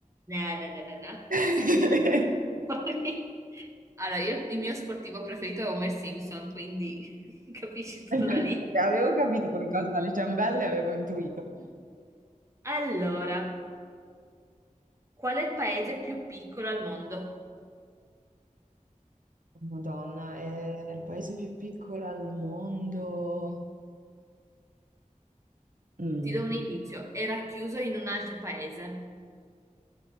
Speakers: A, on the right; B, on the right.
A: No, no, no, no, no.
B: eh?
A: Decisamente fuori. <laughs> Allora, io il mio sportivo preferito è Homer Simpson, quindi <laughs> capisci
B: <laughs>
A: tutto
B: infatti,
A: da lì.
B: Avevo capito qualcosa dalle ciambelle, avevo intuito.
A: Allora, qual è il paese più piccolo al mondo?
B: Madonna, è il paese più piccolo al mondo. Mm.
A: Ti do un indizio, era chiuso in un altro paese.